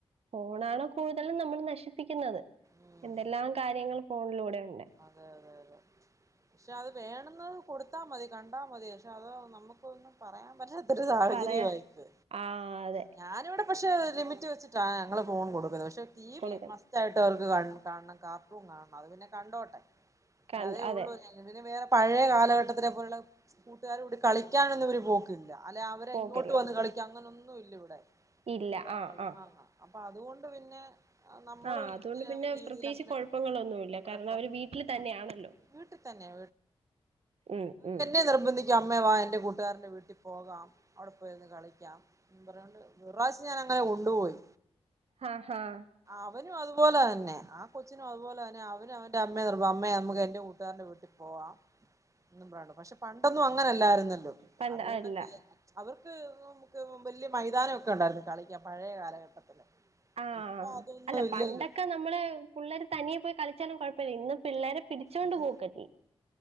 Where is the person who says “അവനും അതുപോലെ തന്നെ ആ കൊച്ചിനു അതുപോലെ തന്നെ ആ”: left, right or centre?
Right